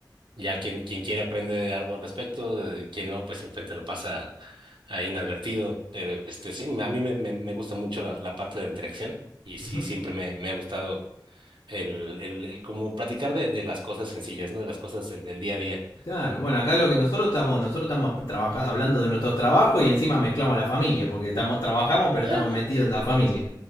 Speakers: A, on the right (about 80°); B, on the left (about 75°).
A: ya quien, quien quiere aprende algo al respecto, de quien no, pues simplemente lo pasa ahí inadvertido. Pero este sí, a mí me, me, me gusta mucho la, la parte de la interacción y sí,
B: Ujú.
A: siempre me, me ha gustado el, el, el como platicar de, de las cosas sencillas, ¿no? De las cosas del, del día a día.
B: Claro, bueno, acá lo que nosotros estamos, nosotros estamos trabajando hablando de nuestros trabajos y encima mezclamos la familia, porque estamos, trabajamos pero estamos
A: Eh,
B: metidos en la familia.